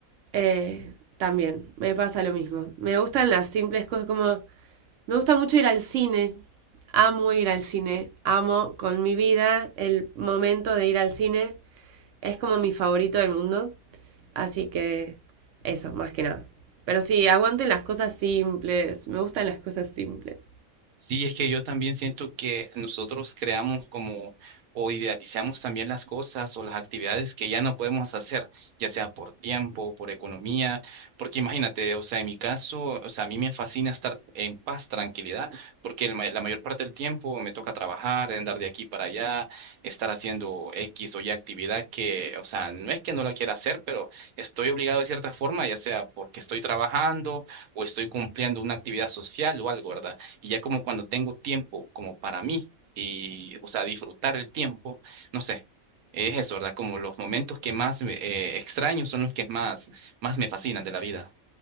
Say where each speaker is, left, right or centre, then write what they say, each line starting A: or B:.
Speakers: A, on the right (about 65°); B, on the right (about 85°).
A: eh, también me pasa lo mismo. Me gustan las simples cosas como... Me gusta mucho ir al cine. Amo ir al cine. Amo con mi vida el momento de ir al cine. Es como mi favorito del mundo. Así que eso, más que nada. Pero sí, aguanten las cosas simples. Me gustan las cosas simples.
B: Sí, es que yo también siento que nosotros creamos como o idealizamos también las cosas o las actividades que ya no podemos hacer, ya sea por tiempo, por economía, porque imagínate, o sea, en mi caso, o sea, a mí me fascina estar en paz, tranquilidad, porque el ma- la mayor parte del tiempo me toca trabajar, andar de aquí para allá, estar haciendo X o Y actividad que, o sea, no es que no la quiera hacer, pero estoy obligado de cierta forma, ya sea porque estoy trabajando o estoy cumpliendo una actividad social o algo, ¿verdad? Y ya como cuando tengo tiempo como para mí y, o sea, disfrutar el tiempo, no sé, es eso, ¿verdad? Como los momentos que más me- eh, extraño son los que más, más me fascinan de la vida.